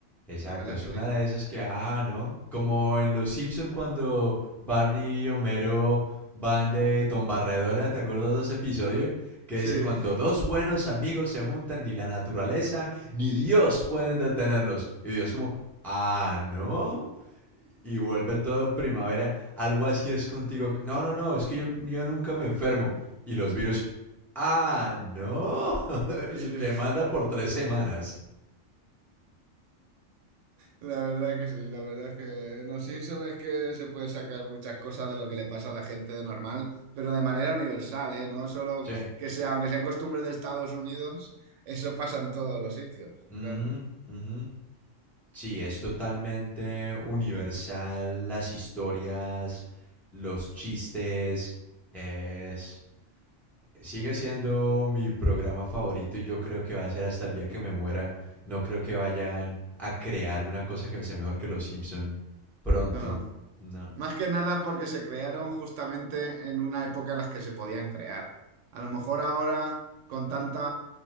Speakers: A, in the centre; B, on the right.
A: Exacto,
B: La verdad
A: es
B: es
A: una
B: que sí.
A: de esas que, ah, ¿no? Como en Los Simpson cuando Barney y Homero van de Don Barredora, ¿te acuerdas de ese episodio? Que
B: Sí,
A: dice, cuando dos buenos amigos se juntan, ni la naturaleza ni Dios pueden detenerlos. Y Dios como, ah, ¿no? Y vuelve todo primavera, algo así es contigo. No, no, no, es que yo, yo nunca me enfermo. Y los virus, ah, ¿no? <laughs>
B: sí,
A: y te manda por tres semanas.
B: la verdad que sí, la verdad es que los Simpsons es que se puede sacar muchas cosas de lo que le pasa a la gente de normal, pero de manera universal, ¿eh? No solo
A: Sí.
B: que sea, aunque sean costumbres de Estados Unidos, eso pasa en todos los sitios,
A: Ujú,
B: claro.
A: ujú. Sí, es totalmente universal. Las historias, los chistes. Es... Sigue siendo mi programa favorito y yo creo que va a ser hasta el día que me muera. No creo que vayan a crear una cosa que sea mejor que Los Simpson pronto.
B: No.
A: No.
B: Más que nada porque se crearon justamente en una época en las que se podían crear. A lo mejor ahora con tanta